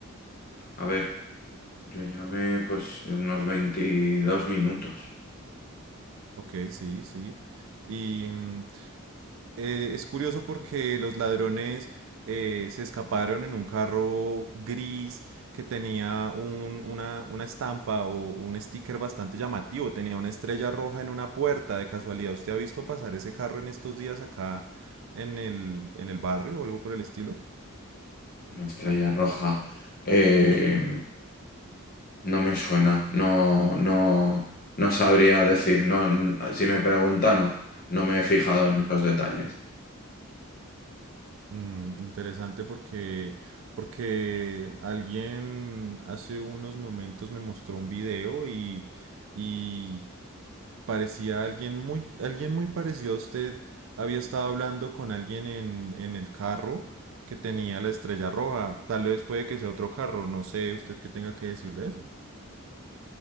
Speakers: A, on the left; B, on the right.
A: a ver, yo llamé pues unos veintidós minutos.
B: Ok, sí, sí. Y mm, eh, es curioso porque los ladrones eh, se escaparon en un carro gris que tenía un- una, una estampa o un sticker bastante llamativo. Tenía una estrella roja en una puerta. De casualidad, ¿usted ha visto pasar ese carro en estos días acá en el, en el barrio o algo por el estilo?
A: Una estrella roja. Eh, No me suena, no, no, no sabría decir, no, n- si me pregunta, no, no me he fijado en esos detalles.
B: Mm, interesante porque, porque alguien hace unos momentos me mostró un video y, y parecía alguien muy, alguien muy parecido a usted. Había estado hablando con alguien en, en el carro que tenía la estrella roja. Tal vez puede que sea otro carro, no sé usted qué tenga que decir de eso.